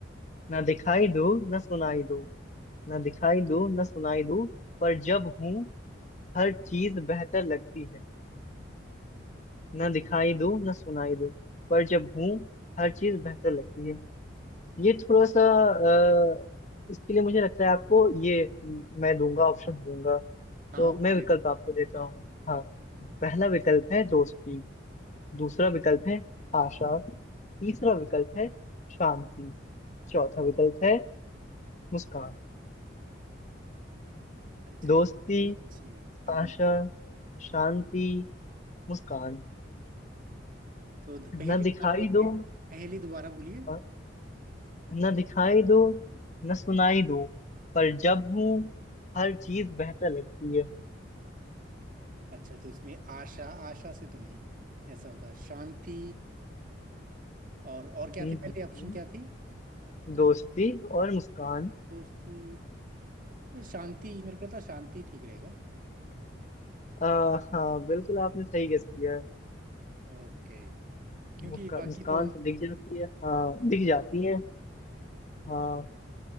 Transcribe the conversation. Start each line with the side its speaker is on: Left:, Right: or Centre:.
Left: ना दिखाई दूँ ना सुनाई दूँ ना दिखाई दूँ ना सुनाई दूँ पर जब हूँ हर चीज बेहतर लगती है ना दिखाई दूँ ना सुनाई दूँ पर जब हूँ हर चीज बेहतर लगती है ये थोड़ा सा अ, इसके लिए मुझे लगता है आपको ये म, मैं दूंगा ऑप्शन दूंगा
Right: हाँ
Left: तो
Right: आप
Left: मैं
Right: पूछिए।
Left: विकल्प आपको देता हूँ हाँ पहला विकल्प है दोस्ती दूसरा विकल्प है आशा तीसरा विकल्प है शांति चौथा विकल्प है मुस्कान
Right: अच्छा
Left: दोस्ती
Right: ये भी अच्छी है हाँ
Left: आशा शांति मुस्कान
Right: तो द- पहेली
Left: न
Right: दोबारा
Left: दिखाई
Right: बोलिए
Left: दो
Right: पहेली दोबारा बोलिए
Left: हाँ, न दिखाई दो न सुनाई दो पर जब हूँ हर चीज बेहतर लगती है
Right: अच्छा तो इसमें आशा आशा से तो नहीं ऐसा होगा शांति और और क्या
Left: हम्म
Right: थी पहले
Left: हम्म
Right: ऑप्शन
Left: हम्म।
Right: क्या थी
Left: दोस्ती और मुस्कान
Right: दोस्ती शांति मेरे को लगता है शांति ठीक रहेगा
Left: आ, हाँ बिल्कुल आपने सही गेस किया है
Right: ओके क्योंकि
Left: मुस्का-
Right: बाकी
Left: मुस्कान
Right: तो
Left: तो दिख जाती है हाँ दिख जाती
Right: हाँ
Left: है हाँ